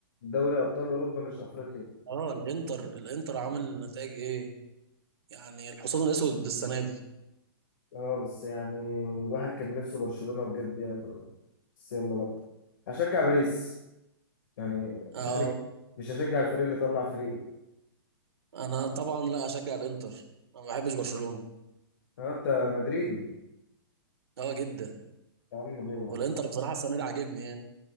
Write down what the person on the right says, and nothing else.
اه الانتر الانتر عامل نتائج ايه يعني الحصان الاسود السنه دي
اه
انا طبعا لا اشجع الانتر انا ما بحبش برشلونة
اه جدا
والانتر بصراحة السنة دي عاجبني يعني